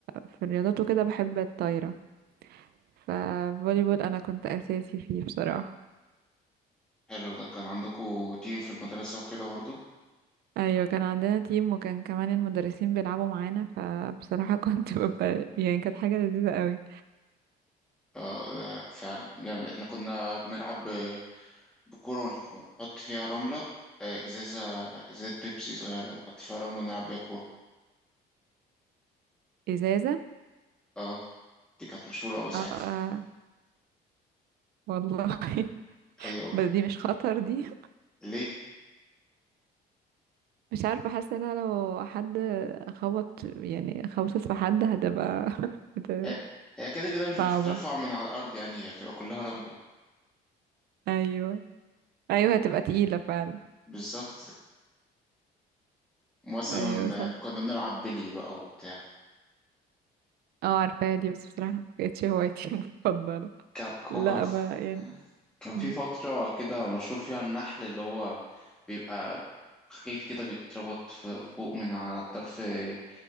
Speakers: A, on the right; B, in the centre.
A: في الرياضات وكده بحب الطايره ففولي بول انا كنت اساسي فيه بصراحه
B: حلو ده كان عندكوا تيم في المدرسة وكده برضه؟
A: ايوه كان عندنا تيم وكان كمان المدرسين بيلعبوا معانا فبصراحه <laughs> كنت ببقى يعني كانت حاجه لذيذه قوي
B: اه ده فعلا جامد احنا كنا بنلعب ب- بكورة ونحط فيها رملة آه، إزازة إزازة بيبسي صغيرة نحط فيها رملة ونلعب بيها كورة
A: ازازه
B: اه دي كانت مشهورة أوي ساعتها
A: اه, آه والله <laughs>
B: أيوه
A: بس دي مش خطر دي
B: ليه؟
A: مش عارفه حاسه إنها لو حد خبط يعني خبطت في حد هتبقى <laughs>
B: هي هي كده كده مش
A: صعبة
B: بتترفع من على الأرض يعني هي بتبقى كلها رملة
A: ايوه ايوه هتبقى تقيلة فعلا
B: بالظبط مثلا
A: ايوه صح
B: آه، كنا بنلعب بلي بقى وبتاع
A: اه عارفاها دي بس بصراحة مكانتش هوايتي <laughs> المفضلة
B: كان
A: لا
B: وكان ف-
A: ما يعني
B: كان في
A: م.
B: فترة كده مشهور فيها النحل اللي هو بيبقى خيط كده بيتربط ف- فوق من على الطرف آه،